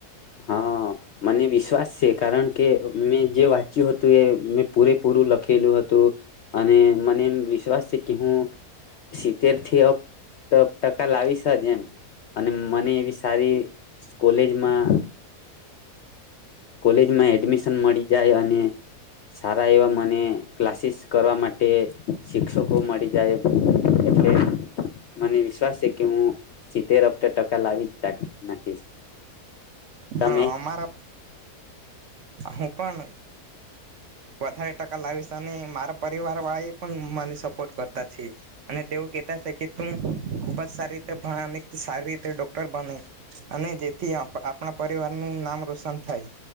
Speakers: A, on the left; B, on the right.
A: હા, મને વિશ્વાસ છે કારણ કે મેં જે વાંચ્યું હતું એ મેં પૂરેપૂરું લખેલું હતું અને મને એમ વિશ્વાસ છે કે હું સિતેર થી અપ ટકા લાવીશ જ એમ અને મને એવી સારી કોલેજમાં કોલેજમાં એડમિશન મળી જાય અને સારા એવા મને ક્લાસીસ કરવા માટે શિક્ષકો મળી જાય એટલે મને વિશ્વાસ છે કે હું સિત્તેર અપ ટકા લાવી જ નાખીશ તમે
B: હા અમારા હું પણ વધારે ટકા લાવીશ અને મારા પરિવાર વાળી પણ મને સપોર્ટ કરતા છે અને તેઓ કહેતા છે કે તું ખુબ જ સારી રીતે ભ અને સારી રીતે ડોક્ટર બને અને જેથી આપણા પરિવારનું નામ રોશન થાય